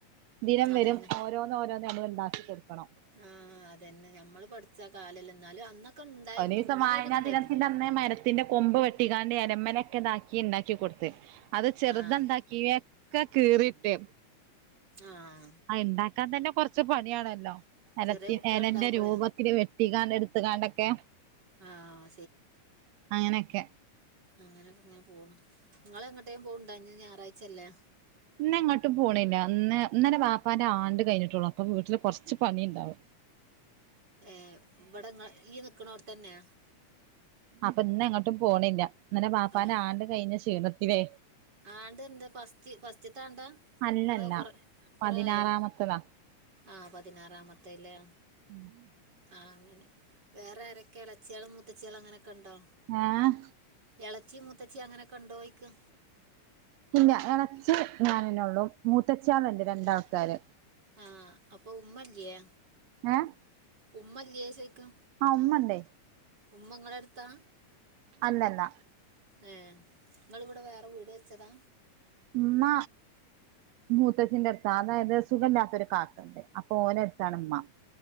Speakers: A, on the right; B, on the right.
A: ദിനം
B: അതന്നെ
A: വരും ഓരോന്ന്, ഓരോന്ന്, നമ്മൾ ഉണ്ടാക്കി കൊടുക്കണം.
B: ആഹ അതന്നെ ഞമ്മള് പഠിച്ച കാലല്ല എന്നാലും അന്നൊക്കെ ഉണ്ടായിരുന്നു
A: ഒരീസം
B: ഇങ്ങനെ
A: വായനാ
B: ഒരിത്ണ്ടായിട്ടില്ല.
A: ദിനത്തിന്റെ മരത്തിന്റെ കൊമ്പ് വെട്ടിക്കാണ്ട് എലമലൊക്കെ ഇതാക്കി ഉണ്ടാക്കി കൊടുത്ത് അത് ചെറുതണ്ടാക്കി
B: ആഹ്
A: <unintelligible> കീറിട്ട്
B: ആഹ
A: ആ ഇണ്ടാക്കാൻ തന്നെ കൊറച്ച് പണിയാണല്ലോ. ഇലത്തി
B: ചെറിയ കുട്ടികളുണ്ടാവുമ്പോളേ
A: ഇലന്റെ രൂപത്തിൽ വെട്ടികാണ്ട് എടുത്തുകാണ്ടൊക്കെ
B: ആഹ്
A: അങ്ങനെക്കെ
B: അങ്ങനെങ്ങനെ പോണ് ഇങ്ങൾ എങ്ങട്ടേങ്കിപോക്ണ്ടോ? ഇന്ന് ഞായറാഴ്ചല്ലേ?
A: ഇന്ന് ഇങ്ങോട്ടും പോണില്ല ഇന്ന് ഇന്നല വാപ്പാന്റെ ആണ്ട് കഴിഞ്ഞിട്ടുള്ളു അപ്പൊ വീട്ടില് കുറച്ച് ഇച്ച് പണിണ്ടാവും
B: ഏ ഇവടെ ങ്ങ ഇയ്യ് നിക്ക്ണോട്ത്തന്നെ
A: അപ്പൊ ഇന്ന് എങ്ങോട്ടും പോണില്ല ഇന്നലെ വാപ്പാൻ്റെ
B: ആഹ്
A: ആണ്ട് കഴിഞ്ഞ ക്ഷീണത്തില്ലേ
B: ആണ്ട് എന്താ പസ്റ്റ് പസ്റ്റ്ത്താണ്ടാ?
A: അല്ലല്ല
B: അതോ കൊറ കൊറെ
A: പതിനാറാമത്തതാ
B: ആയോ? ആഹ പതിനാറാമത്തല്ലേ
A: ഉം
B: ആ അങ്ങനെ വേറെ ആരൊക്കെ എളച്ചിളും മൂത്തച്ചിളും അങ്ങനെയൊക്കെ ഉണ്ടോ?
A: ആഹ
B: എളച്ചി മുത്തച്ചി അങ്ങനൊക്കെ കൊണ്ടേയിക്കും
A: ഇല്ല എളച്ചി ഞാനനൊള്ളും മൂത്തച്ഛാണ് എന്റെ രണ്ടാൾക്കാര്
B: ആഹ് അപ്പൊ ഉമ്മല്ലയേ
A: ഏ
B: ഉമ്മല്ലേ ചോയ്ക്ക
A: ആ ഉമ്മണ്ടേ
B: ഉമ്മങ്ങളടുത്താ
A: അല്ലല്ല
B: ഏ് നിങ്ങളിവിടെ വേറെ വീട് വെച്ചതാ
A: ഉമ്മ മൂത്തച്ചിന്റെ അടുത്താ അതായത് സുഖല്ലാത്തൊരു കാക്കുണ്ട് അ ഓലെടുത്താണുമ്മ